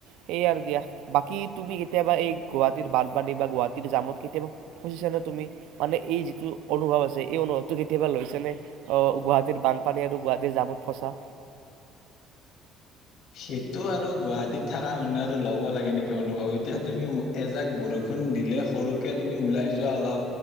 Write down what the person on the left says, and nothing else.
সেইটো আৰু গুৱাহাটীত থাকা মানুহে আৰু ল'ব লাগে নেকি অনুভৱ এতিয়া তুমি এজাক বৰষুণ দিলে সৰুকে তুমি উওলাই যোৱা অলপ